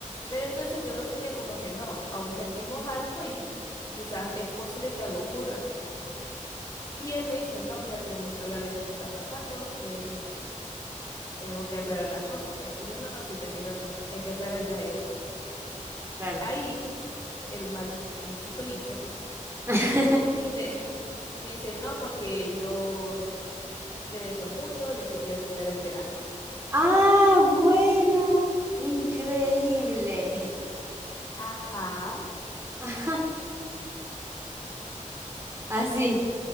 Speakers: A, on the left; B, on the right.
A: Pero entonces yo lo sentía como que no, aún sentimos algo y quizás es posible que algo ocurra. Y él me dice, no, mira, tenemos que hablar de esto que está pasando. eh, tenemos que aclarar las cosas, tal. Y yo, no, sí, tenéis razón, hay que aclarar ya esto.
B: claro.
A: Ahí, el mal, el susodicho,
B: <laughs>
A: me dice, <laughs> me dice, no, porque yo te deseo mucho, yo te quiero quitar el verano.
B: Ah, bueno, increíble.
A: Ajá,
B: Ajá, así,